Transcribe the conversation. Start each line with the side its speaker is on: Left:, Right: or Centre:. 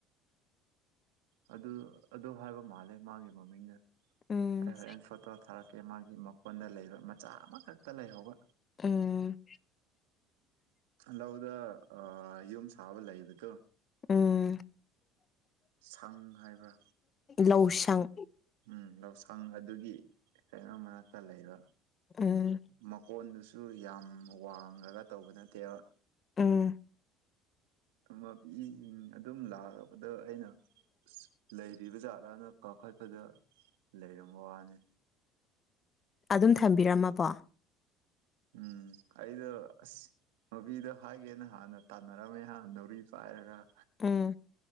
Right: ꯑꯗꯨ ꯑꯗꯨ ꯍꯥꯏꯕ ꯃꯥꯜꯂꯦ ꯃꯥꯒꯤ ꯃꯃꯤꯡꯗ
Left: ꯎꯝ
Right: ꯑꯩ ꯍꯔꯦꯟ ꯐꯠꯇꯣ ꯊꯥꯔꯛꯀꯦ ꯃꯥꯒꯤ ꯃꯀꯣꯟꯗ ꯂꯩꯕ ꯃꯆꯥ ꯑꯃꯈꯛꯇ ꯂꯩꯍꯧꯕ
Left: ꯎꯝ
Right: ꯎ ꯂꯧꯗ ꯌꯨꯝ ꯁꯥꯕ ꯂꯩꯕꯗꯣ
Left: ꯎꯝ
Right: ꯁꯪ ꯍꯥꯏꯕ
Left: ꯂꯧꯁꯪ
Right: ꯎꯝ ꯂꯧꯎꯁꯪ ꯑꯗꯨꯒꯤ ꯀꯩꯅꯣꯝꯃ ꯀ ꯂꯩꯕ
Left: ꯎꯝ
Right: ꯃꯀꯣꯟꯗꯨꯁꯨ ꯌꯥꯝ ꯋꯥꯡꯉꯒ ꯇꯧꯕ ꯅꯠꯇꯦꯕ
Left: ꯎꯝ
Right: ꯊ ꯃꯕꯤꯁꯤꯡ ꯑꯗꯨꯝ ꯂꯥꯛꯔꯕꯗ ꯑꯩꯅ ꯑ ꯂꯩꯔꯤꯕ ꯖꯥꯠꯂꯅ ꯀꯥꯈꯠꯄꯗ ꯂꯩꯔꯝꯕ ꯋꯥꯅꯤ
Left: ꯑꯗꯨꯝ ꯊꯝꯕꯤꯔꯝꯃꯕꯣ
Right: ꯎꯝ ꯑꯩꯗꯣ ꯑꯁ ꯃꯣꯕꯤꯗꯣ ꯍꯥꯏꯒꯦꯅ ꯍꯥꯟꯅ ꯇꯥꯟꯅꯔꯝꯃꯦ ꯍꯥꯟꯅ ꯅꯥꯎꯔꯤ ꯄꯥꯏꯔꯒ
Left: ꯎꯝ